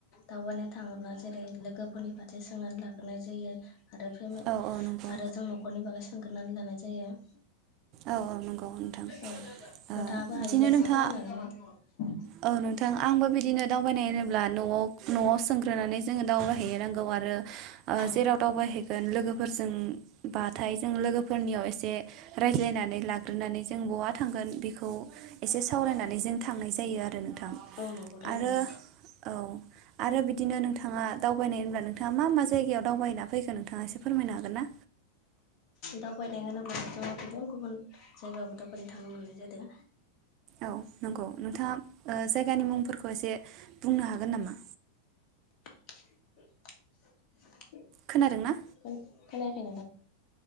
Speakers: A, on the left; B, on the right.
A: दावबायनो थाङोब्ला जेरै लोगोफोरनि फारसे सोंनानै लाग्रोनाय जायो। आरो फेमे
B: औ औ नंगौ
A: आरो जों न'खरनि बागै सोंगोरनानै लानाय जायो। <inaudible>
B: औ औ नंगौ नोंथां
A: औ नोंथाङाबो
B: ओ बिदिनो
A: हायोब्ला एसे
B: नोंथाङा
A: फोरमायना हागोन
B: औ नोंथां आंबो बिदिनो दावबायनाय होनोब्ला न'आव न'आव सोंग्रोनानै जोङो दाउबाय नांगौ आरो
A: औ
B: जेराव दाउबायहै गोन लोगोफोर जों बाथाय जों लोगोफोरनियाव एसे नानै लाग्रोनानै जों बहा थांगोन बेखौ एसे सावरायनानै जों थांनाय जायो आरो नों थां
A: औ नंगौ थारैनो
B: आरो औ आरो बिदिनो नोंथाङा दावबायनाय होनब्ला नोंथाङा मा मा जायगायाव दावबायना फैखो नोंथाङा एसे फोरमायनो हागोन ना
A: दावबायनाय होनोब्ला जोङो गुबुन गुबुन जायगायावबो दावबायनो थांनो मोननाय जादों
B: औ नंगौ नोंथाङा ओ जायगानि मुंफोरखौ एसे बुंनो हागोन नामा
A: <unintelligible>
B: खोनादों ना
A: औ खोनायाखै नोंथां